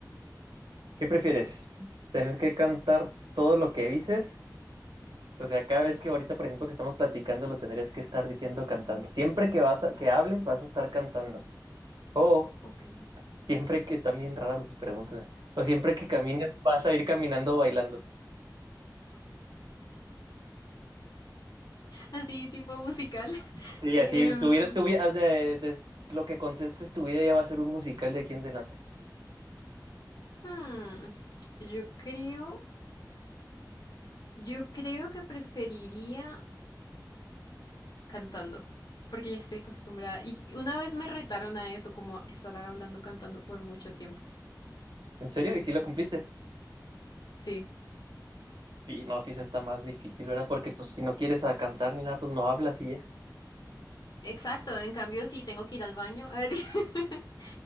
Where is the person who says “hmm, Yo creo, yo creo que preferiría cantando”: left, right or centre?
Left